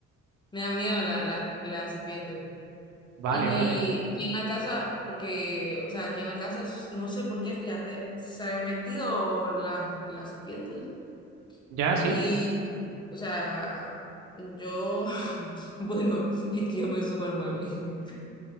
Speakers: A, on the left; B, on the right.
A: me dan miedo la, la, las serpientes.
B: Vale,
A: Y
B: vale.
A: aquí en la casa, porque, o sea, aquí en la casa, s- no sé por qué, fíjate, se han metido las, las serpientes.
B: Ya, sí,
A: Y, o sea, yo, <laughs> bueno, es que yo me subo al mueble,